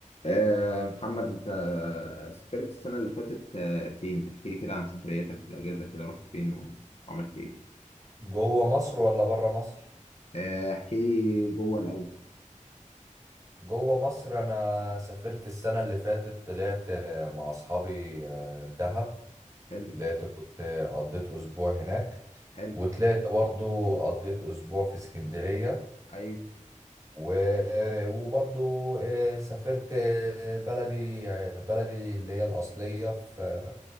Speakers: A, on the left (about 50°); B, on the right (about 25°).
A: آه، محمد انت سافرت السنة اللي فاتت آه، فين؟ احكي لي كده عن سفرياتك في الأجازة كده رحت فين و- وعملت ايه؟
B: جوه مصر ولا بره مصر
A: آه، احكي لي جوه الأول
B: جوه مصر انا سافرت السنه اللي فاتت طلعت آه، مع اصحابي آه، دهب
A: حلو
B: طلعت كنت آه، قضيت اسبوع هناك
A: حلو
B: وطلعت برضو قضيت اسبوع في اسكندريه
A: ايوه
B: و- وبرضو آه، سافرت آه، بلدي آه، بلدي اللي هي الاصليه في آه،